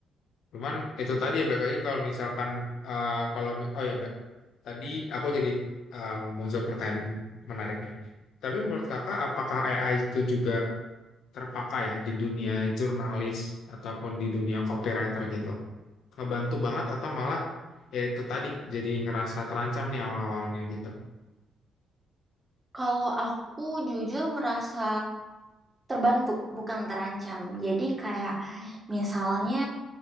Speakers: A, on the left (about 75°); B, on the right (about 20°).
A: Cuman itu tadi ya balik lagi kalau misalkan eh, kalau mi- oh ya Ba- tadi aku jadi eh, muncul pertanyaan menarik nih. Tapi menurut kakak apakah AI itu juga terpakai ya di dunia jurnalis ataupun di dunia copywriter gitu? Kebantu banget atau malah ya itu tadi jadi ngerasa terancam nih awal-awalnya gitu.
B: Kalau aku jujur ngerasa terbantu, bukan terancam. Jadi kayak
A: Hmm.
B: misalnya